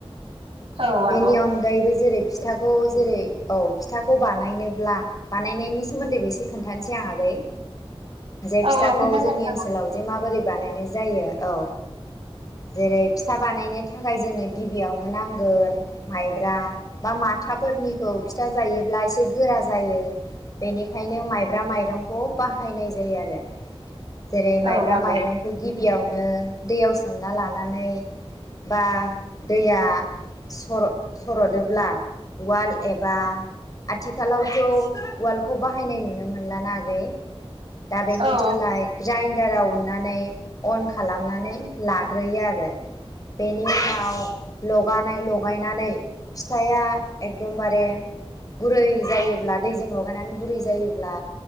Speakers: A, on the right; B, on the left.
A: औ आब।
B: बेनि अनगायैबो जेरै फिथाखौ जेरै औ फिथाखौ बानायनोब्ला बानायनायनि सोमोन्दै बेसे खोन्थानोसै आं आगै। जे
A: औ
B: फिथाखौ
A: खोन्थाजायो
B: जोंनि
A: आब'
B: ओनसोलाव जे माबोरै बानायनाय जायो औ। जेरै फिथा बानायनो थाखाय जोंनो गिबियावनो नांगोन माइ माइब्रा बा माथाफोरनिखौ फिथा जायोब्ला एसे गोरा जायो। बेनिखायनो माइब्रा माइरंखौ बाहायनाय जायो आरो। जेरै माइब्रा
A: औ आब'
B: माइरंखौ गिबि गिबियावनो दैयाव सोमना लानानै बा दैया सर सरदोब्ला वाल एबा आथिखालावथ वालखौ बाहायनाय नुनो मोनलाना आगै। दा बेनि
A: औ
B: थाखाय ग्राइद ग्रेनदाराव उननानै अन खालामनानै लाग्रोयो आरो बेनि उनाव लगानाय लगायनानै फिथाया एकदमबारे गुरै जायोब्ला दैजों लगायनानै गुरै जायोब्ला